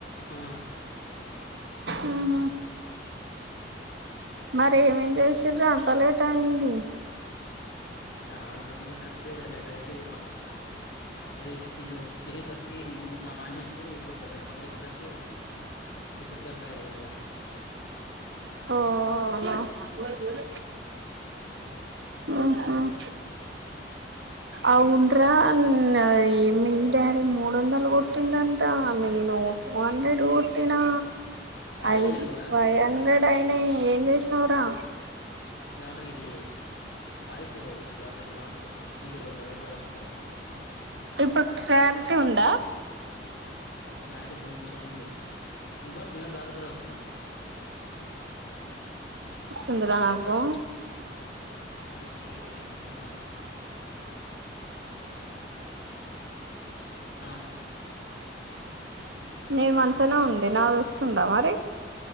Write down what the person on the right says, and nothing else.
ఆహ మర ఏమేం చేసిర అంత లేట్ అయింది.
ఓహో <unintelligible> ఊహ్మ్ అవుండ్రా ఉం అది మీ డాడీ మూడు వందలు కొట్టిండంట నేను. టూ హండ్రెడ్ కొటినా
ఐదు
ఫైవ్ హండ్రెడ్
నన ఏం చేసినవరా
ఇప్పుడు క్లారిటీ ఉందా
ఉందర నాకు
నే మంచనే ఉంది నాది వస్తుందా మరి